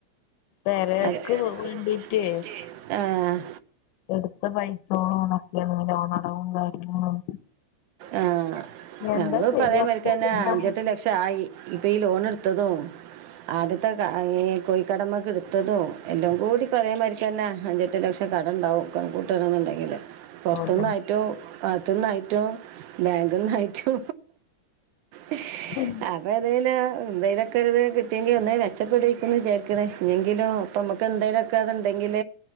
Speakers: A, on the left; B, on the right.
A: പെരേക്ക്
B: <unintelligible>
A: വേണ്ടീട്ടേ
B: ആ
A: എടുത്ത പൈസോളും <unintelligible> മറ്റേതും ലോണടവും കാര്യങ്ങളും
B: ആ
A: എന്താ
B: ഞങ്ങളുപ്പതേമാതിരിക്കന്നെ
A: ചെയ്യാ ഒക്കെ ശരിയാവും
B: അഞ്ചെട്ട് ലക്ഷം ആയി ഇപ്പയീ ലോണ് ട്ത്തതും ആദ്യത്തെ ക യീ കോഴിക്കടമക്കെടുത്തതും എല്ലംകൂടി അതേമാതിരിക്കന്നെ അഞ്ചെ ട്ട് ലക്ഷം കടണ്ടാവും കാണൂട്ടാണ്ന്നെങ്കിൽ പൊറത്തുന്നായിട്ടും
A: അതെ
B: അകത്തുന്നായിട്ടും ബേങ്ക്ഹൈറ്റു <unintelligible>
A: ഹും
B: അപ്പോഎതേലും എന്തെലൊക്കെരുത് കിട്ടിയെങ്കി ഒന്ന് മെച്ചപ്പെടേയിക്കുന്ന് വിജാരിക്ക്ണ് ഇഞെങ്കിലും പ്പോ മ്മക്ക്ന്തേങ്കിലൊക്കെ അത്ണ്ടെങ്കിൽ